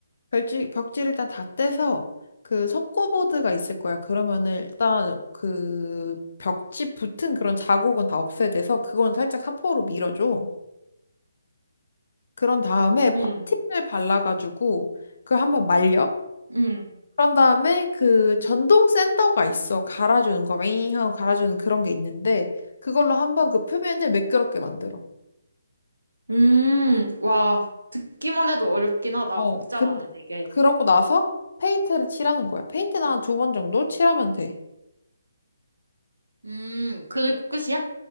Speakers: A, on the left; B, on the right.
A: 벽지, 벽지를 일단 다 떼서 그 석고보드가 있을 거야. 그러면은 일단 그 벽지 붙은 그런 자국은 다 없애야 돼서 그건 살짝 사포로 밀어줘. 그런 다음에
B: 응,
A: 퍼팅을 발라가지고 그 한번 말려?
B: 응.
A: 그런 다음에 그 전동 샌더가 있어. 갈아주는 거, 윙 하고 갈아주는 그런 게 있는데 그걸로 한번 그 표면을 매끄럽게 만들어.
B: 음, 와, 듣기만 해도 어렵긴 하다.
A: 어,
B: 복잡하네,
A: 근
B: 되게.
A: 그러고 나서 페인트를 칠하는 거야. 페인트는 한 두 번 정도 칠하면 돼.
B: 음, 그리고 끝이야?